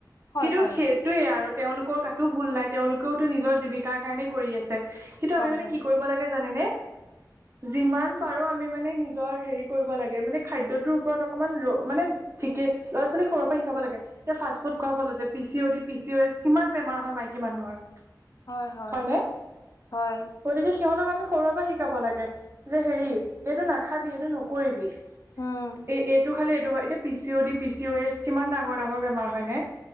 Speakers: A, on the left; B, on the right.
A: হয়
B: কিন্তু
A: হয়
B: সেইটোৱে আৰু তেওঁলোকৰ গাতো ভুল নাই তেওঁলোকেওতো নিজৰ জীৱিকাৰ কাৰণে কৰি আ ছে কিন্তু
A: হয়
B: আমি মানে
A: হয়
B: কি কৰিব লাগে জানেনে যিমান পাৰো আমি মানে নি জৰ হেৰি কৰিব লাগে মানে খাদ্য তোৰ ওপৰত অকণমান ৰ মানে ঠিকে ল'ৰা ছোৱালী সৰুৰে পৰা শিকাব লাগে। এতিয়া ফাষ্টফুড খোৱাৰ ফলত যে P C O D, P C O S কিমান বেমাৰ হয় মাইকী মানুহৰ।
A: হয় হয়,
B: হয়নে
A: হয়।
B: গতিকে সিহঁতক আমি সৰুৰে পৰা শিকাব লাগে যে হেৰি, এইটো নাখাবি এইটো নকৰিবি।
A: উম
B: এই এইটো খালি এইটো হয় এতিয়া P C O D, P C O S কিমান ডাঙৰ ডাঙৰ বেমাৰ হয় নে?